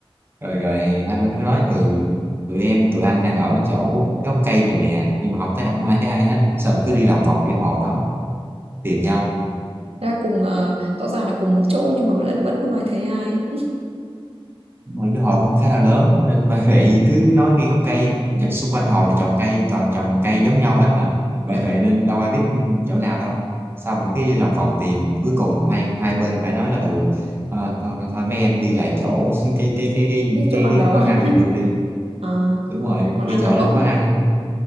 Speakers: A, on the right (about 25°); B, on the right (about 85°).
A: rồi rồi hai bên cứ nói ừ tụi em tụi anh đang ở chỗ cái gốc cây này nè nhưng mà không thấy không ai thấy ai hết xong rồi cứ đi lòng vòng cái hồ đó tìm nhau
B: Thế là cùng ờ, rõ ràng là cùng một chỗ nhưng mà vẫn vẫn không ai thấy ai
A: mà cái hồ đó cũng khá là lớn nên <laughs> bà vệ cứ nói ngay gốc cây và xung quanh hồ thì trồng cây toàn trồng cây giống nhau hết mà bà
B: à,
A: vệ nên đâu ai biết chỗ nào đâu xong rồi cứ đi lòng vòng tìm cuối cùng hai hai bên phải nói là ừ ờ, thôi, thôi mấy em đi lại chỗ <laughs> cái cái cái cái
B: cái chỗ
A: cái
B: ban
A: cái
B: đầu
A: quán
B: <laughs>
A: ăn này luôn đi
B: Ờ,
A: đúng
B: có
A: rồi
B: cái quán
A: ngay
B: ăn
A: chỗ
B: là mốc
A: là quán ăn